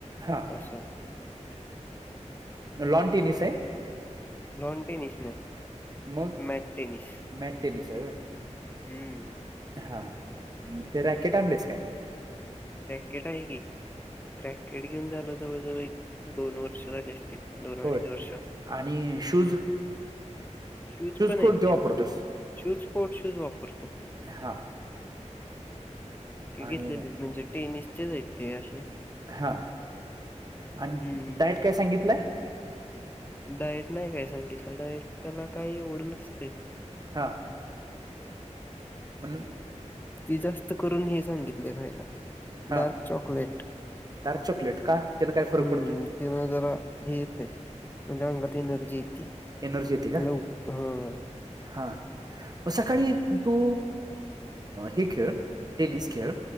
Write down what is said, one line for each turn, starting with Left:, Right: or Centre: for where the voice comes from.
Right: हा
Left: असं
Right: लॉन टेनिस आहे
Left: लन टेनिस नाही
Right: मग
Left: मॅड टेनिस
Right: मॅट टेनिस आहे होय
Left: हम्म
Right: हा ते रॅकेट आणलेच काय
Left: रॅकेट आहे की रॅकेट घेऊन झालं जवळजवळ एक दोन वर्ष झाली असतील दोन
Right: होय
Left: अडीच वर्ष
Right: आणि शूज
Left: शूज पण
Right: कोणते
Left: य ते
Right: वापरतोस
Left: शूज स्पोर्ट शूज वापरतो
Right: हा
Left: ते घेतलेली
Right: आणि
Left: म्हणजे टेनिसचेच आहेत ते असे
Right: हा आणि
Left: हम्म
Right: डायट काय सांगितलंय
Left: डाएट नाही काय सांगितलं डाएट त्याला काही वढ नसते
Right: हा प
Left: ती जास्त करून हे सांगितले खयला
Right: हा
Left: डार्क चॉकलेट
Right: डार्क चॉकलेट का त्याला काय फरक
Left: हम्म
Right: पडतोय
Left: वग हे येते म्हणजे अंगात एनर्जी येती.
Right: एंदरची यती का
Left: लवक हां.
Right: हा सकाळी तू हे खेळ टेनिस खेळ